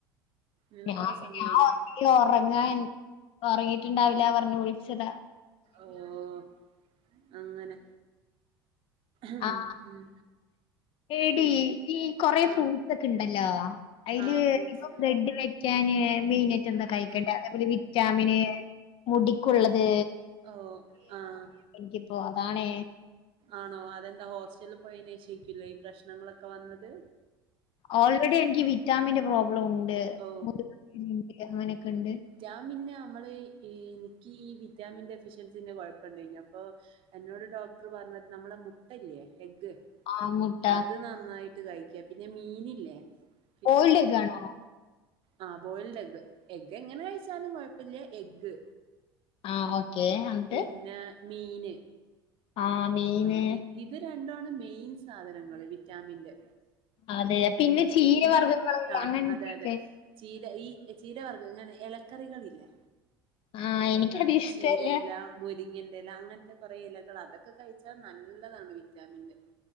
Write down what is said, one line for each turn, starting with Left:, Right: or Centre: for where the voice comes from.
Right: നിനക്കവിടെ
Left: ഞാ
Right: സമയായില്ല
Left: ഞാൻ ഒറങ്ങാൻ ഒറങ്ങീട്ട്ണ്ടാവില പറഞ്ഞ് വിൾച്ചതാ.
Right: ഓഹ് അങ്ങനെ ഉം.
Left: ആഹ് എടീ
Right: പിന്നെ
Left: ഈ കൊറെ
Right: ആ
Left: ഫ്രൂട്ട്സൊക്കെ ണ്ടല്ലോ അയ്ല്
Right: ആ ഫ്രൂട്ട്സ്
Left: ഇപ്പൊ ബ്ലഡ്‌ വെക്കാന് മെയ്നായ്റ്റെന്താ കഴിക്കണ്ടേ
Right: ആ
Left: അതേപോലെ വിറ്റാമിന് മുടിക്കുള്ളത്
Right: ഓഹ് ആഹ്
Left: എനിക്കിത് പോവാണ്
Right: ആണോ അതെന്താ ഹോസ്റ്റൽല് പോയയ്‌നേഷയ്‌ക്കു ലെ ഈ പ്രശ്നങ്ങളൊക്കെ വന്നത്.
Left: ഓൾറെഡി എനിക്ക് വിറ്റാമിന്റെ പ്രോബ്ലം ഉണ്ട്
Right: ഓ
Left: മു <unintelligible> നെക്കെണ്ട്.
Right: ഞാൻ പിന്നെ അമ്മള് എനിക്കീ വിറ്റാമിന്റെ എഫിഷ്യൻസിന്റെ കൊഴപ്പണ്ടയ്നി അപ്പൊ എന്നോട് ഡോക്ട്ർ പറഞ്ഞത് നമ്മളെ മുട്ടല്ലേ എഗ്ഗ്
Left: ആ മുട്ട
Right: അത് നന്നായിട്ട് കഴിക്കാ പിന്നെ മീനില്ലേ ഫിഷ്
Left: കോൾഡ് ഒക്കെ ആണോ
Right: ആഹ് ബോയിൽഡെഗ്ഗ്. എഗ്ഗ് എങ്ങനെ കയ്ച്ചാലും കൊയപ്പല്ല്യ എഗ്ഗ്
Left: ആ ഓക്കെ
Right: ഉം
Left: എന്നിട്ട്
Right: പിന്നെ മീന്
Left: ആ മീന്
Right: ആ ഇത് ഇത് രണ്ടു മാണ് മെയിൻ സാധനങ്ങൾ വിറ്റാമിന്റെ.
Left: അതെ
Right: ഉം
Left: ചീരവർഗ്ഗങ്ങള്
Right: പിന്നെ ആഹ്
Left: അങ്ങനത്തെയൊക്കെ
Right: അതെ അതെ. ചീര ഈ ചീരവർഗ്ഗം ഇങ്ങനെ ഇലക്കറികള് ഇല്ലേ.
Left: ആ എനിക്കത്
Right: ആഹ്
Left: ഇഷ്ടല്ല
Right: ചീരയില. മുരിങ്ങിന്റെ ഇല അങ്ങനത്തെ കുറെ ഇലകൾ അതൊക്കെ കഴിച്ചാൽ നല്ലതാണ് വിറ്റാമിന്റെ.